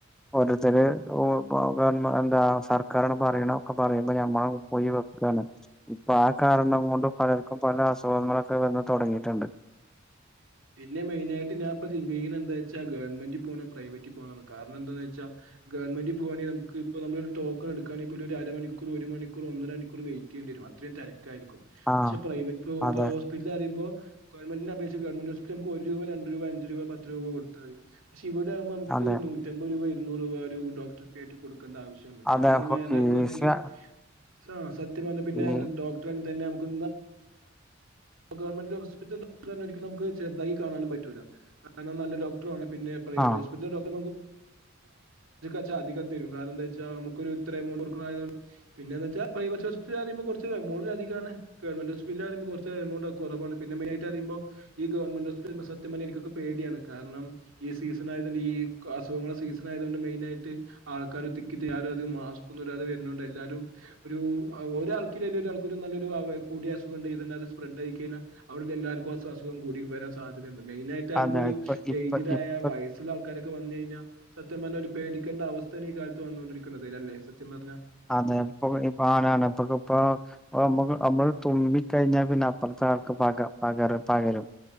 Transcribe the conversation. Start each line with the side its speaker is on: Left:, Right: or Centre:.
Centre: ഒരോത്തര് വ <unintelligible> <unintelligible> എന്താ സർക്കാരിന് പറയണ ഒക്കെ പറയുമ്പോ നമ്മ പോയി വെക്കാണ് ഇപ്പൊ ആ
Right: അതെ
Centre: കാരണം
Right: അതെ
Centre: കൊണ്ട് പലർക്കും പല അസുഖങ്ങളൊക്കെ വന്ന് തുടങ്ങിയിട്ടുണ്ട്
Right: പിന്നെ മെയിൻ ആയിട്ട് ഞാനിപ്പ ചിന്തിക്കണ എന്താവെച്ചാ ഗവൺമെൻ്റിൽ പോണോ പ്രൈവറ്റിൽ പോണോന്നാ കരണം എന്താന്ന വെച്ചാൽ ഗവൺമെന ോക്കൺ എടുുകണങ്കിൽല കൂപ്പൺ എടുക്കുവാണീ ഒരു അരണിക്കൂർ ഒരു മണിക്കൂ ഒന്നരണിക്കൂർ വെയിറ്റ് ചെയ്യണ്ടിരും അത്രയും തരം ആയിരിക്കും
Centre: ആഹ്
Right: പക്ഷെ പ്രൈവറ്റ് ഹോപ്
Centre: അതെ
Right: ഹോസ്പിറ്റല് അറിയുമ്പോ ഗവൺമെന്റിനെ അപേക്ഷി- ഗവൺമെൻ്റ് ഹോസ്പിറ്റൽ നമ്മള് ഒരു രൂപ രണ്ട് രൂപ അഞ്ച് രൂപ പത്ത് രൂപ കൊടുത്താതി പക്ഷേ- ഇവിടെ ആവുമ്പോ നമുക്ക്
Centre: അതെ
Right: നൂറ്റമ്പത് രൂപ ഇരുന്നൂറ് രൂപ ഒരു ഡോക്ടർ ഫീ ആട്ട് കൊടു കോടുക്കേണ്ട ആവശ്യമുണ്ട്
Centre: അതെ
Right: പിന്നെ എത് <unintelligible>
Centre: ഫീസ്
Right: ക്കുകവാണെങ്കിൽ ആ സത്യം പറഞ്ഞാൽ പിന്നെ
Centre: ഈ
Right: ഡോക്ടറെന്നെ തന്നെ നമുക്ക് ഗവൺമെന്റ് ഹോസ്പിറ്റല്‌ ഒരിക്കലും നമുക്ക് ചെറുതായി കാണാനും പറ്റൂല്ല കാരണം നല്ല ഡോക്ടറ ആണ് പിന്ന പ്രൈവറ്റ്
Centre: ആഹ്
Right: ഹോസ്പിറ്റലിലെ ഡോക്ടർ ച്ച അധികം തരും കാരണംന്താ വെച്ചാ നമുക്ക ഒരു ഇത്ര എമൗണ്ട്കൊട്ക്ക്ണായാതുകൊണ്ട്പിന്നെ എന്താച്ചാ പ്രവൈറ്റ് ഹോസ്പിറ്റല് പറയുമ്പോകുറച്ച് എമൗണ്ട് അധികാണ്ഗവൺമെന്റ് ഹോസ്പിറ്റല് പറയ്മ്പോകുറച്ച് <unintelligible> എമൗണ്ട് കുറവാണ് പിന്നെ മെയിൻനായിട്ട് അറിയുമ്പോ ഈ ഗവൺമെന്റ് ഹോസ്പിറ്റലിൽ സത്യം പറഞ്ഞ എനിക്കൊക്കെ പേടിയാണ് കാരണം ഈ സീസൺ ആയതൊണ്ട് ഈ അസുഖങ്ങളെ സീസൺ ആയത് കൊണ്ട് മെയിൻ ആയിട്ട് ആൾക്കാര് തിക്കിതിയാരത് ആരും അധികം മാസ്ക്കൊന്നും ഇടാതെ വരുന്ന്ണ്ട് എല്ലാരും ഒരു ഒരാൾക്കേല് ഒരാൾ നല്ലൊരു കൂടി അസുഖം ഉണ്ട്ത് ഇതല്ലാതെ സ്പ്രെഡ് യിക്കഴിഞ്ഞ അവിടെ എല്ലർക്കും അസുഖ കൂടി വരാൻ സാധ്യതുണ്ട് മെയിന് ആയിട്ട് ആയുമ്പോ
Centre: അതെ
Right: ഒരു
Centre: ഇപ്പൊ ഇപ്പൊ
Right: ഏജ്ഡ് ഒ
Centre: ഇപ്പൊ
Right: ആയ ഒരു വയസ്സുള്ള ആൾ ആക്കാരൊക്കെ വന്നു കഴിഞ്ഞാ സത്യം പറഞ്ഞഞ് ഒരു പേടിക്കേണ്ട അവസ്ഥയ കാലത്ത് വന്നുകണ്ടിരിക്കുന്നത് അല്ലേ സത്യം പറഞ്ഞ
Centre: അതെപ്പൊ ഇപ്പ ആനാണ് ഇപ്പൊ ഇപ്പമ്മ നമ്മള് തുമ്മി ക്കഴിഞ്ഞ പിന്നപ്പ പക പക പകരും